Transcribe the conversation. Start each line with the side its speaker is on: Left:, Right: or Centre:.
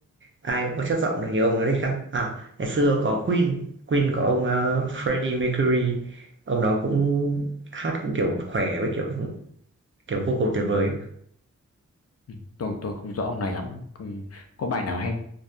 Right: ai cũng có chất giọng được như ông đấy đấy khác à, ngày xưa có Queen, Queen có ông, ơ, Freddie Mercury, ông đó cũng hát cũng, kiểu, khỏe với, kiểu, kiểu, vocal tuyệt vời
Left: ừ, tôi tôi không rõ ông này lắm không có bài nào hay